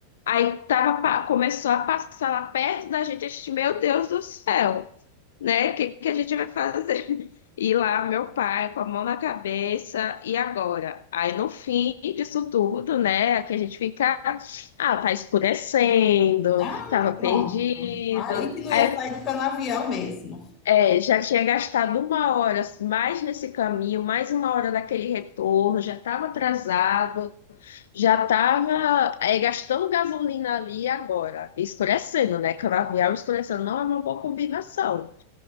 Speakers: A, on the left; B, on the left.
A: Aí tava, pa- começou a passar lá perto da gente, a gente, meu Deus do céu, né? O que, que a gente vai fazer? <laughs> E lá, meu pai, com a mão na cabeça, e agora? Aí no fim disso tudo, né? Que a gente fica, ah, tá escurecendo,
B: Ah,
A: tava
B: me- pronto.
A: perdido.
B: Aí que não
A: Aí
B: ia sair do canavial mesmo.
A: é, já tinha gastado uma hora mais nesse caminho, mais uma hora daquele retorno, já estava atrasado. Já estava gastando gasolina ali agora, escurecendo, né? Canavial escurecendo não é uma boa combinação.